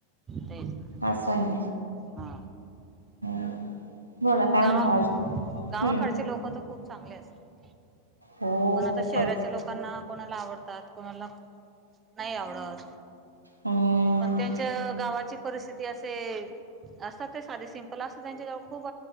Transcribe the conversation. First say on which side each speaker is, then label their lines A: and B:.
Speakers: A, on the right (about 20°); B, on the right (about 85°).
A: तेच ना
B: अस आहे
A: हा
B: <inaudible>
A: गावाक
B: म्हणता अजून
A: गावाकडचे
B: हम्म
A: लोक तर खूप चांगले असतात
B: हो
A: पण आता
B: खूपच
A: शहराच्या लोकांना ला आवडतात कोणाला नाही आवडं
B: हम्म
A: पण त्यांच्य गावाची परिस्थिती ते असे, असतात ते साधे सिम्पल असतात त्यांच्याजवळ खूप